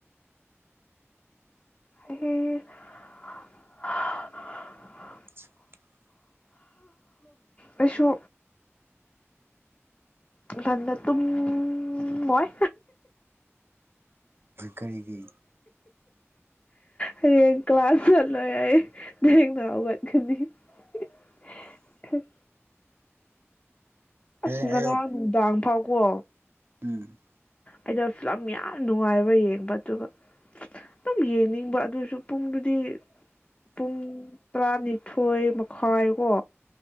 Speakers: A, on the left; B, on the right.
A: ꯍꯥ
B: <inaudible>
A: ꯑꯩꯁꯨ ꯉꯟꯅ ꯇꯨꯝꯃꯣꯏ
B: ꯀꯔꯤꯒꯤ
A: ꯍꯌꯦꯡ ꯀ꯭ꯂꯥꯁ ꯆꯠꯂꯣꯏ ꯑꯩ ꯊꯦꯡꯅ ꯍꯧꯒꯠꯀꯅꯤ <inaudible>
B: ꯍꯌꯦꯡ
A: ꯑꯁ ꯉꯔꯥꯡ
B: ꯑꯌꯨꯛ
A: ꯅꯨꯡꯗꯥꯡ ꯐꯥꯎ ꯀꯣ
B: ꯎꯝ
A: ꯑꯩꯗꯣ ꯐꯤꯂꯝ ꯌꯥꯝ ꯅꯨꯡꯉꯥꯏꯕ ꯌꯦꯡꯕ ꯑꯗꯨꯒ ꯑꯗꯨꯝ ꯌꯦꯡꯅꯤꯡꯕ ꯑꯗꯨꯁꯨ ꯄꯨꯡꯗꯨꯗꯤ ꯄꯨꯡ ꯇꯔꯥꯅꯤꯊꯣꯏ ꯃꯈꯥꯏꯀꯣ